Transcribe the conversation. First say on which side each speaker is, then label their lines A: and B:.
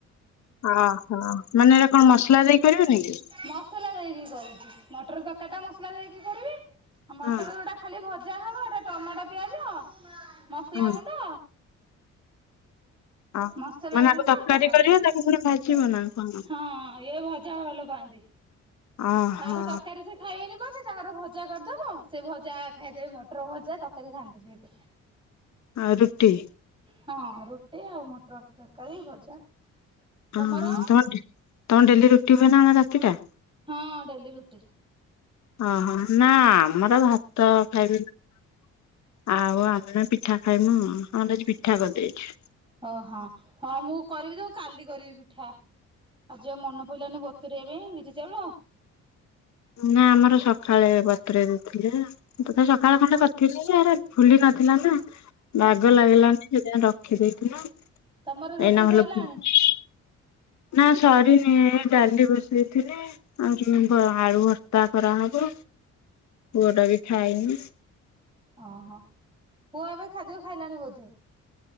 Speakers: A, on the left; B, on the right.
A: ହଁ ଓହୋ ମାନେ ଏଟା କଣ ମସଲା ଦେଇ କରିବେନି କି?
B: ମସଲା ଦେଇକି କରୁଛି ମଟର ତରକାରୀ ଟା ମସଲା ଦେଇକି କରିବି ଆଉ ମଟର
A: ହଁ
B: ଯୋଉଟା ଖାଲି ଭ ଯାହା ହେବ ଏଟା ଟମାଟୋ, ପିଆଜ, ମସଲା
A: ହଁ
B: ଗୁଣ୍ଡ
A: ଅ
B: ମସଲା
A: ମାନେ
B: ଗୁଣ୍ଡ
A: ଆକୁ ତରକାରୀ
B: ଟମାଟୋ
A: କରିବ
B: ଦେଇକି
A: ତାକୁ ପୁଣି ଭାଜିବ ନା କଣ?
B: ହଁ ଇଏ ଭଜା ଭଲ ପାଆନ୍ତି।
A: ଓହୋ
B: ତାପରେ ତରକାରୀ ସେ ଖାଇବେନି ପଛେ ତାଙ୍କର ଭଜା କରିଦବ ସେ ଭଜା ଖାଇଦେବେ ମଟର ଭଜା ତରକାରୀ ଖାଆନ୍ତିନି ଏତେ।
A: ଆ ରୁଟି
B: ହଁ ରୁଟି ଆଉ ମଟର ତରକାରୀ ଭଜା।
A: ହଁ
B: ତମର?
A: ତମ ତମ ଡେଲି ରୁଟି ହୁଏନା କଣ ରାତିଟା?
B: ହଁ ଡେଲି ରୁଟି।
A: ଓହୋ ନା ଆମର ଭାତ ଖାଇବେ। ଆଉ ଆମ ପିଠା ଖାଇମୁ ଆମର ପିଠା କରିଦେଇଛୁ।
B: ଓହଁ ହଁ ମୁଁ କରିବି ତ ମୁଁ କାଲି କରିବି ପିଠା। ଆଜି ଆଉ ମନ ପଇଲାନି ବ ଚୁରିବା ପାଇଁ ବିରି ଚାଉଳ
A: ନା ଆମର ସକାଳେ ବତୁରାଇ ଦେଇଥିଲେ। ଗୋଟେ ସଖାଳେ ଖଣ୍ଡେ କରିଥିଲି ଯେ ହେରା ଫୁଲି ନଥିଲା ନା।
B: ହଁ
A: ବାଗ
B: ହଁ।
A: ଲାଗିଲାନି ସେଥିପାଇଁ ରଖିଦେଇଥିଲୁ ଏଇନା
B: ତମର ରୋଷେଇ
A: ଭଲ
B: ସରିଲାଣି
A: ଫୁଲୁଛି। ନା ସରିନି ଏ ଡାଲି ବସେଇଥିଲି ଆଉ <unintelligible> ଆଳୁ ଭର୍ତ୍ତା କରାହବ, ପୁଅଟା ବି ଖାଇନି।
B: ଓହୋ, ପୁଅ ଏବେ ଖାଦ୍ୟ ଖାଇଲାଣି ବୋଧେ?